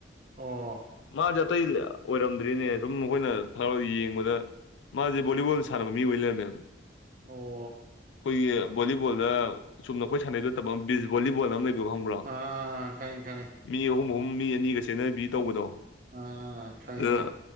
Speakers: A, on the right; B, on the left.
A: ꯑꯣ
B: ꯃꯥꯗ ꯑꯇꯩ ꯑꯣꯏꯔꯝꯗ꯭ꯔꯤꯅꯦ ꯑꯗꯨꯝ ꯃꯈꯣꯏꯅ ꯊ ꯌꯦꯡꯕꯗ ꯃꯥꯁꯦ ꯕꯣꯂꯤꯕꯣꯜ ꯁꯅ ꯃꯤ ꯋꯂꯌꯝ
A: ꯑꯣ
B: ꯑꯩꯈꯣꯏꯒꯤ ꯚꯣꯂꯤꯕꯣꯜꯗ ꯁꯨꯝꯅ ꯑꯩꯈꯣꯏ ꯁꯥꯟꯅꯩꯗꯨ ꯕꯤꯁ ꯚꯣꯂꯤꯕꯣꯜ ꯑꯃ ꯂꯩ ꯑꯗꯨ ꯈꯪꯕ꯭ꯔꯥ
A: ꯑꯥ ꯈꯪꯉꯤ ꯈꯪꯉꯤ
B: ꯃꯤ ꯑꯍꯨꯝ ꯑꯍꯨꯝ ꯃꯤ ꯑꯅꯤꯒ ꯁꯦꯟꯅꯕꯤ ꯇꯧꯕꯗꯣ
A: ꯑꯥ ꯐꯥꯏ
B: ꯑꯗꯨꯅ
A: ꯐꯥꯏ